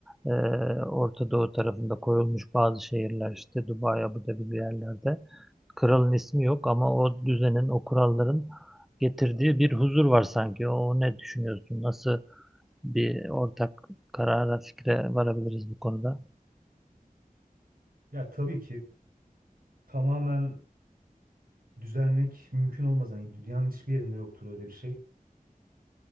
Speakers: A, in the centre; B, on the right.
A: e, Orta Doğu tarafında koyulmuş bazı şehirler işte Dubai, Abu Dhabi bir yerlerde. Kralın ismi yok ama o düzenin, o kuralların getirdiği bir huzur var sanki. O ne düşünüyorsun? Nasıl bir ortak karara, fikre varabiliriz bu konuda?
B: Ya tabii ki tamamen düzelmek mümkün olmaz. Hani dünyanın hiçbir yerinde yoktur öyle bir şey.